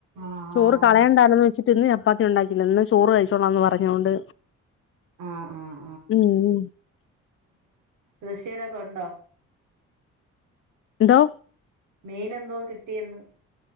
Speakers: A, on the right; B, on the left.
A: ആഹ് ആഹ്
B: ചോറ് കളയണ്ടാന്ന് വെച്ചിട്ട് ഇന്ന് ച പ്പാത്തി ഉണ്ടാക്കില്ല ഇന്ന് ചോറ് കഴിച്ചോന്ന് <unintelligible> പർഞ്ഞോണ്ട്
A: ആഹ് ആഹ്
B: ഉം
A: ദേശ്യലൊക്കൊ ണ്ടോ?
B: ന്തോ?
A: മീൻ എന്തോ കിട്ടിയെന്ന്